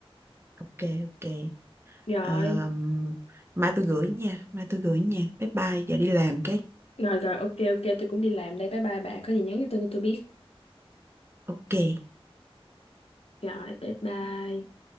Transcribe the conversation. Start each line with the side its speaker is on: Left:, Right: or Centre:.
Right: Ok, ok.
Left: Rồi
Right: Ờm, mai tôi gửi nha, mai tôi gửi nha. Bye bye, giờ đi làm cái.
Left: Rồi rồi ok ok tôi cũng đi làm đây Bye bye bà có gì nhắn cho tôi cho tôi biết
Right: Ok.
Left: Rồi bye bye